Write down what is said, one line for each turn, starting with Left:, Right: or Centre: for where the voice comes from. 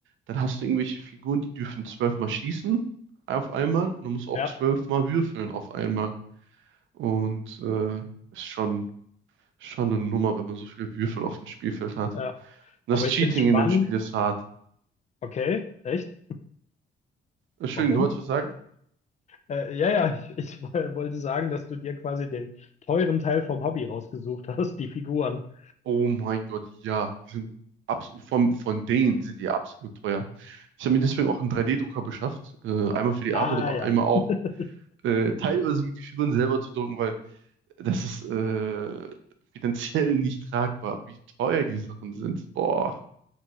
Right: dann hast du irgendwelche Figuren, die dürfen 12 mal schießen auf einmal und du musst auch
Left: Ja,
Right: 12 mal würfeln auf einmal. Und äh, ist schon, Schon eine Nummer, wenn man so viele Würfel auf dem Spielfeld hat.
Left: ja.
Right: Und
Left: Aber
Right: das Cheating
Left: ich finde es spannend.
Right: in dem Spiel ist hart.
Left: Okay, echt?
Right: Entschuldigung,
Left: Warum?
Right: du wolltest was sagen?
Left: Äh, ja, ja, ich, ich <laughs> woll- wollte sagen, dass du dir quasi den teuren Teil vom Hobby rausgesucht hast, die Figuren.
Right: Oh mein Gott, ja. Die sind absolut, von, von denen sind die absolut teuer. Ich habe mir deswegen auch einen 3D-Drucker beschafft. Äh, einmal für die
Left: Ah,
Right: Arbeit, aber
Left: ja.
Right: einmal auch
Left: <laughs>
Right: äh, teilweise mit die Figuren selber zu drucken, weil das ist äh, finanziell nicht tragbar, wie teuer die Sachen sind. Boah.